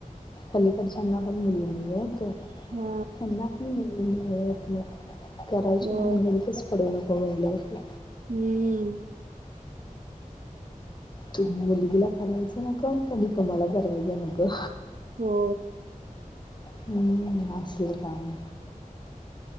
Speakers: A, on the left; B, on the right.
A: पलीकडच्यांना पण मुली नाही ये तर
B: हा
A: त्यांना पण मुली हा आपल नाही. करायची
B: होय
A: भानगडीिकच पडू नको. काय झाले कीं
B: हम्म.
A: तू मुलगीला करायचं नको आणि कुणी कुणाला करायचे नकॊ.
B: हो.
A: हम्म असलं काम